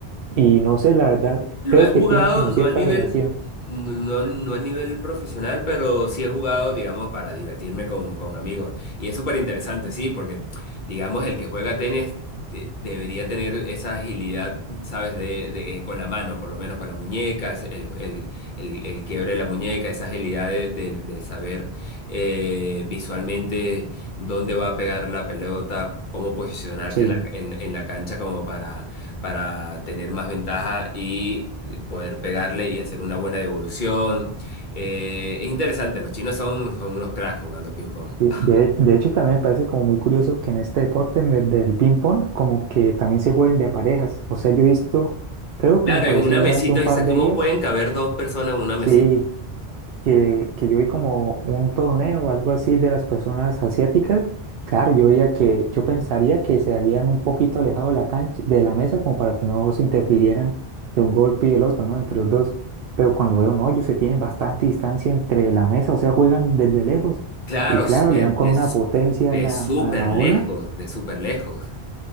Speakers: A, on the right; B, on the left.
A: Y no sé, la verdad,
B: Lo
A: creo
B: he jugado
A: que tienen como
B: no
A: cierta
B: a nivel,
A: relación.
B: no, no a nivel profesional, pero sí he jugado, digamos, para divertirme con, con amigos. Y es súper interesante, sí, porque, digamos, el que juega tenis de- debería tener esa agilidad, ¿sabes? De, de- eh, con la mano, por lo menos con la muñeca, es- el, el, el, el quiebre de la muñeca, esa agilidad de, de- de saber eh, visualmente dónde va a pegar la pelota, cómo posicionarte
A: Sí.
B: en la, en en la cancha como para para tener más ventaja y poder pegarle y hacer una buena devolución. Eh, es interesante, los chinos son, son unos cracks jugando ping-pong.
A: De,
B: Ah,
A: de- de hecho, también me parece como muy curioso que en este deporte en el del ping pong, como que también se jueguen de a parejas. O sea, yo he visto, creo
B: Claro,
A: que me pareció
B: en una
A: ver
B: mesita
A: hace un
B: dices,
A: par de
B: ¿cómo
A: días,
B: pueden caber dos personas en una mesita?
A: sí, que, que yo vi como un torneo o algo así de las personas asiáticas, claro, yo veía que, yo pensaría que se habían un poquito alejado de la cancha, de la mesa, como para que no se interfirieran de un golpe y el otro, ¿no? Entre los dos. Pero cuando veo, no, ellos se tienen bastante distancia entre la mesa, o sea, juegan desde lejos.
B: Claro,
A: Y claro,
B: de,
A: le dan
B: de,
A: con una potencia
B: de
A: a la,
B: súper
A: a la
B: lejos,
A: ola.
B: de súper lejos.